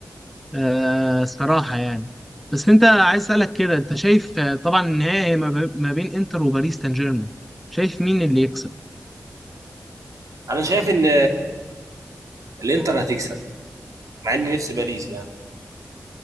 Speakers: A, in the centre; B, on the right (about 80°).
A: آه الصراحة يعني بس أنت عايز أسألك كده أنت شايف آه، طبعا النهائي ما بي- ما بين إنتر وباريس سان جيرمان شايف مين اللي يكسب
B: أنا شايف إن الإنتر هتكسب مع إني نفسي باريس يعني